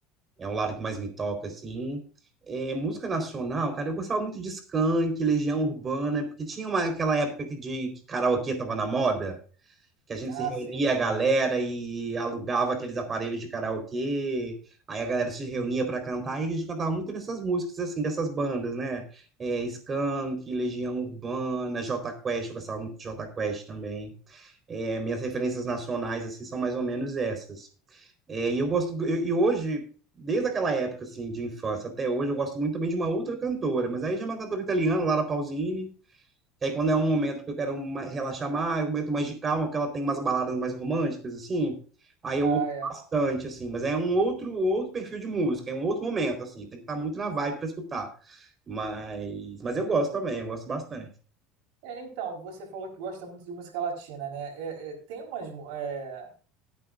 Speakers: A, on the right (about 30°); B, on the right (about 75°).
A: é um lado que mais me toca, assim. É, música nacional, cara, eu gostava muito de Skank, Legião Urbana, porque tinha uma, aquela época que, de, que karaokê tava na moda. que a gente
B: Ah,
A: se reunia
B: sim.
A: a galera e alugava aqueles aparelhos de karaokê, aí a galera se reunia para cantar, e a gente cantava muito dessas músicas, assim, dessas bandas, né? É, Skank, Legião Urbana, Jota Quest, eu gostava muito de Jota Quest também. É, minhas referências nacionais, assim, são mais ou menos essas. É, e eu gosto, e e hoje, desde aquela época, assim, de infância até hoje, eu gosto muito também de uma outra cantora, mas aí já é uma cantora italiana, Lara Pausini, que aí quando é um momento que eu quero ma- relaxar mais, um momento mais de calma, que ela tem umas baladas mais românticas, assim, aí eu
B: Ah,
A: ouço
B: é.
A: bastante, assim, mas é um outro, um outro perfil de música, é um outro momento, assim, tem que estar muito na vibe para escutar. Mas, mas eu gosto também, eu gosto bastante.
B: É, então, você falou que gosta muito de música latina, né? É, é, tem umas. é,